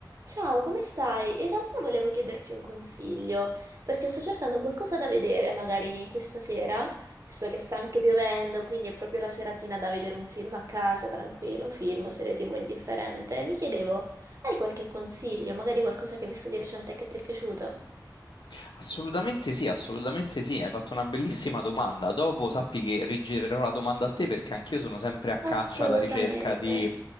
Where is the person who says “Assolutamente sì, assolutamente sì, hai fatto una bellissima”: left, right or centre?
Left